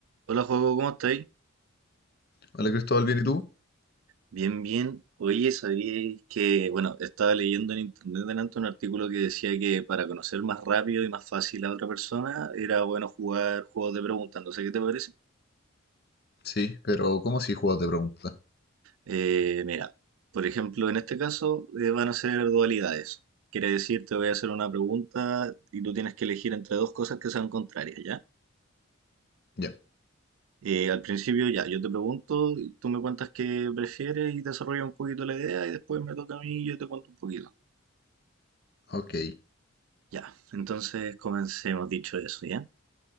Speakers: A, on the right; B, on the left.
A: Hola, juego, ¿cómo estáis?
B: Hola Cristóbal, ¿bien y tú?
A: Bien, bien. Oye, sabíais que, bueno, estaba leyendo en internet delante un artículo que decía que para conocer más rápido y más fácil a otra persona era bueno jugar juegos de preguntas. No sé qué te parece.
B: Sí, pero ¿cómo si juegos de pregunta?
A: Eh, mira, por ejemplo, en este caso eh, van a ser dualidades. Quiere decir, te voy a hacer una pregunta y tú tienes que elegir entre dos cosas que sean contrarias, ¿ya?
B: Ya,
A: Eh, al principio, ya, yo te pregunto, y tú me cuentas qué prefieres y desarrollas un poquito la idea y después me toca a mí y yo te cuento un poquito.
B: ok.
A: Ya, entonces comencemos dicho eso, ¿ya?